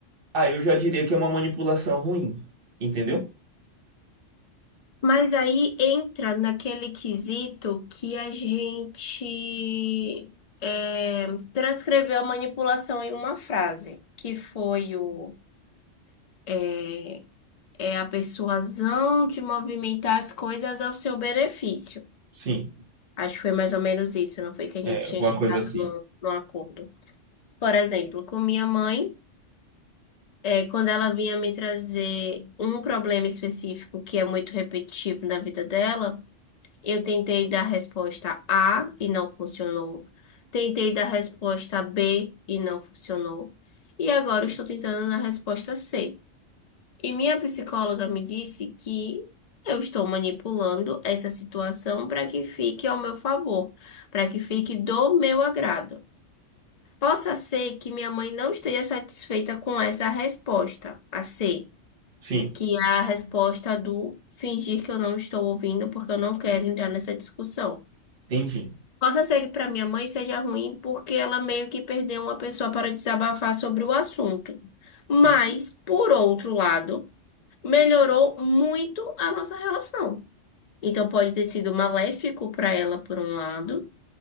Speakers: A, on the right; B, on the left.
A: aí eu já diria que é uma manipulação ruim, entendeu?
B: Mas aí entra naquele quesito que a gente é, transcreveu a manipulação em uma frase, que foi o, eh, é a persuasão de movimentar as coisas ao seu benefício.
A: Sim,
B: Acho que foi mais ou menos isso, não foi que a gente
A: é,
B: tinha
A: alguma
B: chegado
A: coisa assim.
B: num, num acordo. Por exemplo, com minha mãe, é, quando ela vinha me trazer um problema específico que é muito repetitivo na vida dela. Eu tentei dar resposta A e não funcionou. Tentei dar resposta B e não funcionou. E agora eu estou tentando na resposta C. E minha psicóloga me disse que eu estou manipulando essa situação para que fique ao meu favor, para que fique do meu agrado. Possa ser que minha mãe não esteja satisfeita com essa resposta, a C,
A: Sim,
B: que é a resposta do fingir que eu não estou ouvindo porque eu não quero entrar nessa discussão.
A: entendi.
B: Possa ser que para minha mãe seja ruim, porque ela meio que perdeu uma pessoa para desabafar sobre o assunto. Mas,
A: Sim.
B: por outro lado, melhorou muito a nossa relação. Então, pode ter sido maléfico para ela por um lado,